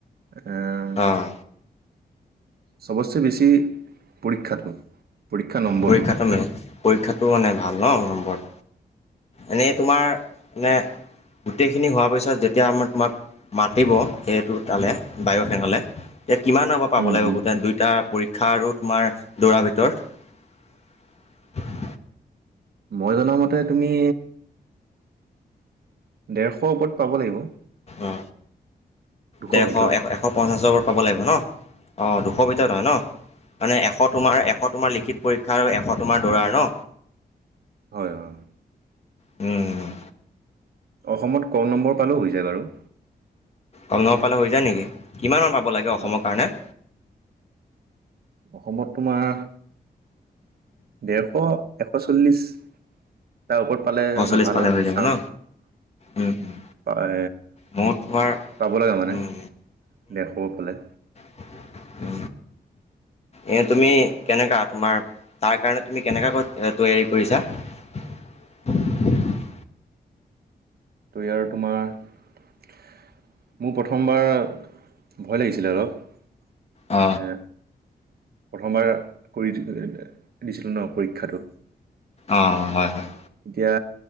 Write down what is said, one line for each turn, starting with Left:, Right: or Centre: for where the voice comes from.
Right: আহ।
Left: অ'।
Right: চবচে বেছি। পৰীক্ষাটো, পৰীক্ষা নম্বৰটো।
Left: পৰীক্ষাটো মেইন পৰীক্ষাটো মানে ভাল ন নম্বৰত এনেই তোমাৰ, মনে গোটেইখিনি হোৱাৰ পিছত যেতিয়া আমাৰ তোমাক। মাতিব সেইটো তালে বায়ু সেনালে এতি কিমান আ পাব
Right: উম,
Left: লাগিব
Right: উম।
Left: গোটেই দুইটা। ইক্ষা আৰু তোমাৰ দৌৰ ভিতৰত।
Right: মই জনা মতে তুমি। দেৰশ ওপৰত পাব লাগিব।
Left: অ,
Right: দুশৰ
Left: দেৰশ
Right: ভিতৰত
Left: এ এশ পঞ্চাশৰৰত পাব লাগিব। ন অঁ দুশৰ ভিতৰত হয় ন, মানে এশ তোমাৰ। এশ তোমাৰ লিখিত, পৰীক্ষা আৰু এশ তোমাৰ দৌৰাৰ ন।
Right: হয় হয়।
Left: উম।
Right: অসমত ক নম্বৰ পালেঁ যায় বাৰু।
Left: কম নম্বৰ পালে হৈ যায় নেকি? কিমান মান পাব লাগে অসমৰ
Right: হয়
Left: কাৰণে।
Right: অসমত তোমাৰ, দেৰশ এশ। শ চল্লিশ তাৰ ওপৰত পালে
Left: এশ চল্লিছ
Right: ভাল
Left: পালে
Right: আৰু
Left: হৈ যাব
Right: চ।
Left: ন উম উম,
Right: এ
Left: মোৰ তোমাৰ
Right: পাব, লগা মানে।
Left: উম
Right: দেৰস পালে।
Left: অ। এ তুমি কেনেকা তোমাৰ তাৰ কাৰণে তুমি কেনেকা ক তৈয়াৰি কৰিছা।
Right: <unintelligible>
Left: <unintelligible>
Right: তো আৰু তোমাৰ। মোৰ প্ৰথমবাৰ, ভয় লাগিছিলে অলপ।
Left: অ
Right: মানে প্ৰথমবাৰ কৰি দিছিলোঁ ন পৰীক্ষাটো।
Left: অ হয় হয়।
Right: এতিয়া